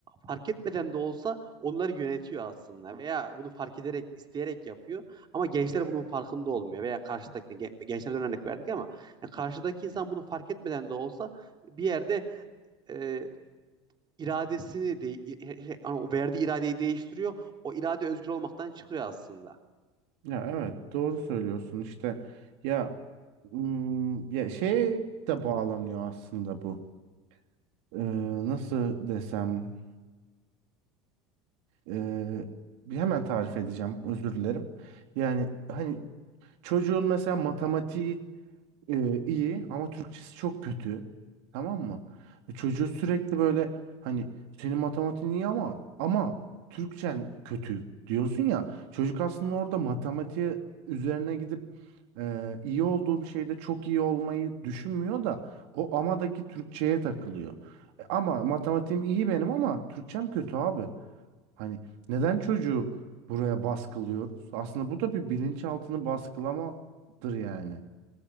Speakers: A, on the right (about 30°); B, on the right (about 70°).
A: fark etmeden de olsa onları yönetiyor aslında veya bunu fark ederek isteyerek yapıyor ama gençler bunun farkında olmuyor veya karşıdaki gen- gençlerden örnek verdik ama yani karşıdaki insan bunu fark etmeden de olsa bir yerde e, iradesini de şey, hani o verdiği iradeyi değiştiriyor. O irade özgür olmaktan çıkıyor aslında.
B: Ya evet doğru söylüyorsun işte ya ım, ya şey de bağlanıyor aslında bu. Ee, nasıl desem ee, bir hemen tarif edeceğim özür dilerim. Yani hani çocuğun mesela matematiği e, iyi ama Türkçesi çok kötü. Tamam mı? E, çocuğu sürekli böyle hani senin matematiğin iyi ama ama Türkçen kötü diyorsun ya. Çocuk aslında orada matematiğe üzerine gidip e, iyi olduğu bir şeyde çok iyi olmayı düşünmüyor da o amadaki Türkçeye takılıyor. E, ama matematiğim iyi benim ama Türkçem kötü abi. Hani neden çocuğu buraya baskılıyoruz? Aslında bu da bir bilinçaltını baskılamadır yani.